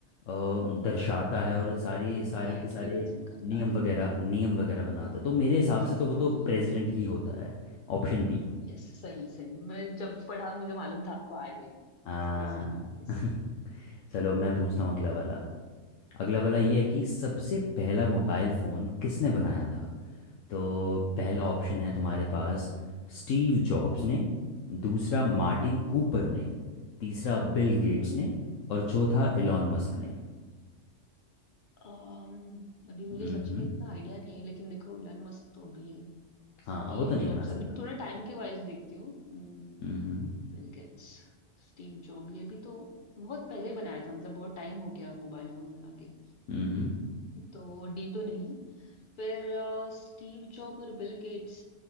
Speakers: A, on the left (about 80°); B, on the left (about 45°).
A: दर्शाता है और सारे सारे
B: राइट
A: के सारे
B: रिप्रेजेंट करता
A: नियम
B: है
A: वगैरह नियम वगैरह बनाता है तो मेरे
B: यस
A: हिसाब से तो वो तो
B: यस
A: प्रेसिडेंट ही होता है ऑप्शन बी
B: यस सही सही मैं जब पढ़ा मुझे मालूम था आपको आएगा ये
A: हाँ
B: Yes president yes
A: <laughs> चलो मैं पूछता हूँ अगला वाला अगला वाला ये
B: हाँ
A: है कि सबसे पहला मोबाइल फ़ोन किसने बनाया था तो
B: ओ,
A: पहला ऑप्शन है तुम्हारे पास स्टीव जॉब्स ने दूसरा
B: हम्म
A: मार्टिन कूपर ने तीसरा बिल
B: हम्म
A: गेट्स ने और चौथा एलॉन मस्क
B: ओके
A: ने
B: um, अभी मुझे
A: हम्म
B: सच में इतना आइडिया नहीं है लेकिन देखो इलन मस्क तो अभी है स्टीव
A: हाँ वो तो नहीं
B: जॉब्स
A: बना सकता
B: अभी थोड़ा टाइम के वाइज देखती हूँ हम्म
A: हम्म
B: बिल गेट्स स्टीव जॉब ये भी तो बहुत पहले बनाया था मतलब बहुत टाइम हो गया मोबाइल फोन बना के
A: हम्म
B: तो डी तो नहीं फिर स्टीव जॉब और बिल गेट्स